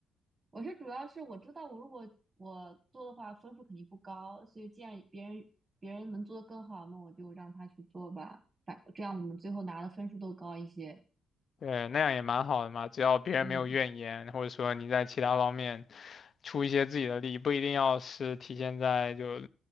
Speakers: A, on the right; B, on the left.
A: 我是主要是我知道，我如果我做的话，分数肯定不高，所以既然别人别人能做得更好，那我就让他去做吧，反这样我们最后拿的分数都高一些。
B: 对，那样也蛮好的嘛，只要别人没有怨言，
A: 嗯，
B: 或者说你在其他方面出一些自己的力，不一定要是体现在就